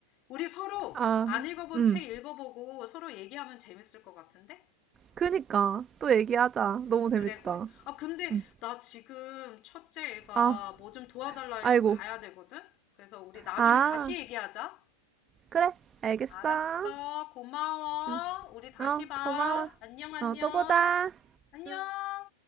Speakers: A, on the left; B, on the right.
A: 우리 서로
B: 아.
A: 안 읽어본
B: 음.
A: 책 읽어보고 서로 얘기하면 재밌을 것 같은데?
B: 그니까 또 얘기하자. 너무 재밌다.
A: 그래, 그래. 아, 근데
B: 음.
A: 나 지금 첫째 애가
B: 아,
A: 뭐 좀 도와달라 해서
B: 아이고.
A: 가야 되거든? 그래서 우리 나중에
B: 아,
A: 다시 얘기하자.
B: 그래. 알겠어.
A: 알았어. 고마워.
B: 음.
A: 우리 다시
B: 어,
A: 봐.
B: 고마워.
A: 안녕, 안녕.
B: 어, 또 보자.
A: 안녕.
B: 응.